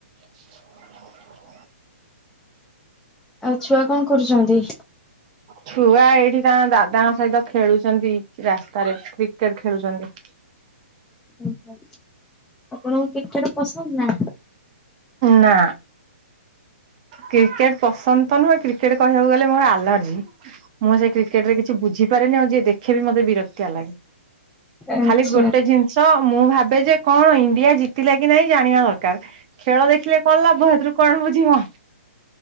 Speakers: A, on the right; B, in the centre.
A: <inaudible>
B: ଆଉ ଛୁଆ କଣ କରୁଛନ୍ତି।
A: ଛୁଆ ଏଇଠି ତାଙ୍କ ଦାଦାଙ୍କ ସହିତ ଖେଳୁଛନ୍ତି। ରାସ୍ତାରେ କ୍ରିକେଟ ଖେଳୁଛନ୍ତି।
B: ଓହୋ ଆପଣଙ୍କୁ କ୍ରିକେଟ ପସନ୍ଦ ନା।
A: ନା। କ୍ରିକେଟ ପସନ୍ଦ ତ ନୁହେଁ କ୍ରିକେଟ କହିବାକୁ ଗଲେ ମୋର ଆଲର୍ଜି। ମୁଁ ସେ କ୍ରେଟରେ କିଛି ବୁଝିପାରେନି ଆଉ ଯିଏ ଦେଖେ ବି ମତେ ବିରକ୍ତି ଆ ଲାଗେ।
B: ଆଚ୍ଛା
A: ଖାଲି ଗୋଟେ ଜିନିଷ ମୁଁ ଭାବେ ଯେ କଣ ଇଣ୍ଡିଆ ଜିତିଲା କି ନାଇଁ ଜାଣିବା ଦର୍ କାର ଖେଳ ଦେଖିଲେ କଣ ଲାଭ ସେଥିରୁ କଣ ବୁଝିବ।